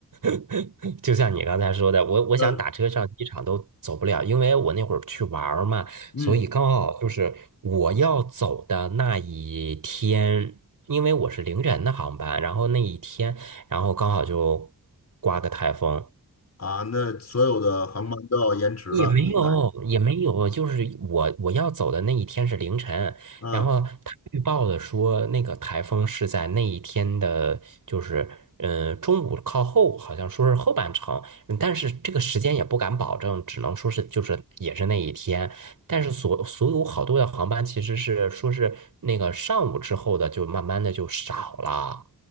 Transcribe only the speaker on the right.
<laughs> 就像你刚才说的，我我想打车上机场都走不了，
因为我那会儿去玩儿嘛，
所以刚好就是我要走的那一天，因为我是凌晨的航班，然后那一天，然后刚好就刮个台风，
也没有，
也没有，就是我我要走的那一天是凌晨，
然后他预报的说那个台风是在那一天的，就是呃中午靠后，好像说是后半程，嗯但是这个时间也不敢保证，只能说是就是也是那一天，但是所所有好多的航班其实是说是那个上午之后的就慢慢的就少了。